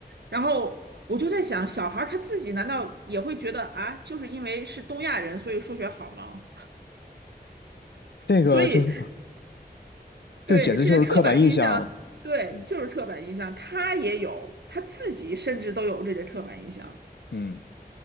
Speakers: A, on the right; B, on the left.
A: 然后我就在想，小孩儿他自己难道也会觉得啊，就是因为是东亚人，所以数学好吗？
B: 这个就是
A: 所以。
B: 这简直就是刻板印象啊。
A: 对，这个刻板印象，对，
B: 嗯
A: 就是刻板印象，他也有，他自己甚至都有这个刻板印象。
B: 嗯。